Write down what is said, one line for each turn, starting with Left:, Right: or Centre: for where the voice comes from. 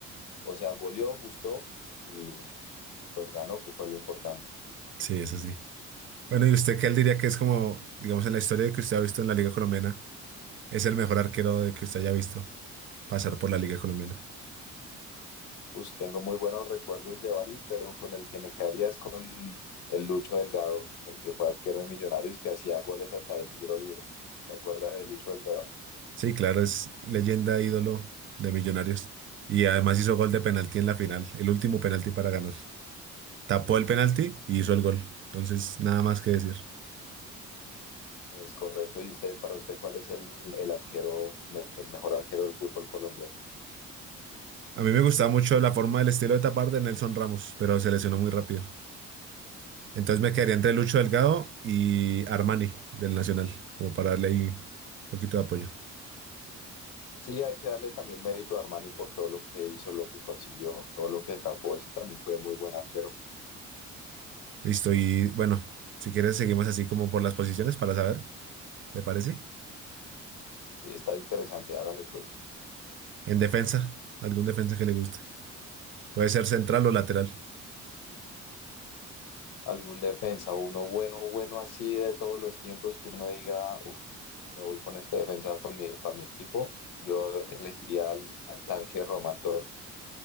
Left: o sea, goleó, gustó y, y pues ganó, que fue lo importante.
Right: Sí, eso sí. Bueno, ¿y usted qué él diría que es como, digamos, en la historia de que usted ha visto en la Liga Colombiana, es el mejor arquero de que usted haya visto pasar por la Liga Colombiana?
Left: Uy, tengo muy buenos recuerdos de varios, pero con el que me quedaría es con el Lucho Delgado, el que fue arquero de Millonarios que hacía goles hasta de tiro libre. ¿Te acuerdas de Lucho Delgado?
Right: Sí, claro, es leyenda, ídolo de Millonarios. Y además hizo gol de penalti en la final, el último penalti para ganar. Tapó el penalti y hizo el gol. Entonces, nada más que decir.
Left: Es correcto. ¿Y usted, para usted, cuál es el, el arquero, me- el mejor arquero del fútbol colombiano?
Right: A mí me gustaba mucho la forma del estilo de tapar de Nelson Ramos, pero se lesionó muy rápido. Entonces me quedaría entre Lucho Delgado y Armani del Nacional, como para darle ahí un poquito de apoyo.
Left: Sí, hay que darle también mérito a Armani por todo lo que hizo, lo que consiguió, todo lo que tapó. Ese también fue muy buen arquero.
Right: Listo, y bueno, si quieres seguimos así como por las posiciones para saber, ¿te parece?
Left: Sí, está interesante. Hágale pues
Right: En defensa, algún defensa que le guste. Puede ser central o lateral.
Left: algún defensa, uno bueno, bueno así de todos los tiempos que uno diga, uff, me voy con este defensa con mi, para mi equipo. Yo elegiría al, al tanque Román Torres.